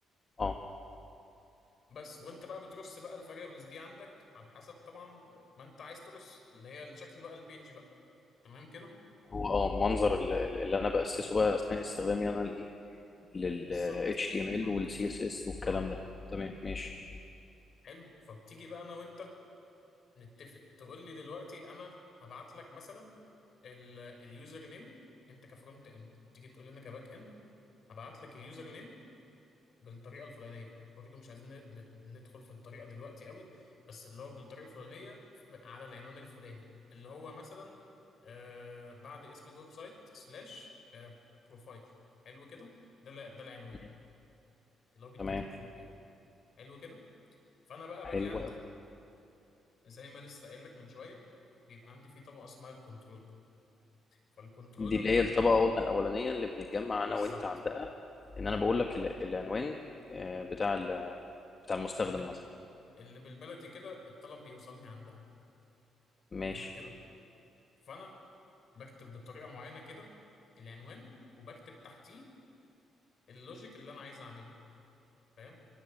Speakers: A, on the left; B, on the left.
A: اه
B: بس وانت بقى بترص بقى الفاريبلز دي عندك على حسب طبعا ما انت عايز ترص اللي هي الشكل بقى البيج بقى تمام كده؟
A: هو اه منظر ال- ال- اللي انا باسسه بقى اثناء استخدامي انا لايه لل
B: بالظبط
A: HTML
B: فرونت
A: وال
B: اند
A: CSS والكلام
B: اه
A: ده تمام ماشي
B: حلو فبتيجي بقى انا وانت نتفق تقول لي دلوقتي انا هبعت لك مثلا اليوزر نيم انت كفرونت اند تيجي تقول لي انا كباك اند هبعت لك اليوزر نيم بالطريقه الفلانيه برضه مش عايزين ن- ندخل في الطريقه دلوقتي قوي بس اللي هو بالطريقه الفلانيه ف- على العنوان الفلاني اللي هو مثلا آه بعد اسم الويب سايت سلاش آه بروفايل حلو كده ده ال- ده العنوان
A: أمم.
B: اللي هو بيتكتب
A: تمام
B: فوق يعني حلو كده فانا بقى
A: حلو
B: باجي عندي زي ما لسه قايل لك من شويه بيبقى عندي فيه طبقه اسمها الكنترولر فالكنترولر
A: دي اللي
B: ده
A: هي الطبقة قلنا الأولانية اللي بنتجمع
B: بالظبط
A: أنا وأنت عندها إن أنا بقول لك ال- العنوان آه، بتاع ال- بتاع المستخدم
B: اللي
A: مثلا
B: اللي بالبلدي كده الطلب بيوصلني عندها
A: ماشي
B: حلو كده فانا بكتب بطريقه معينه كده العنوان وبكتب تحتيه اللوجيك اللي انا عايز اعمله فاهم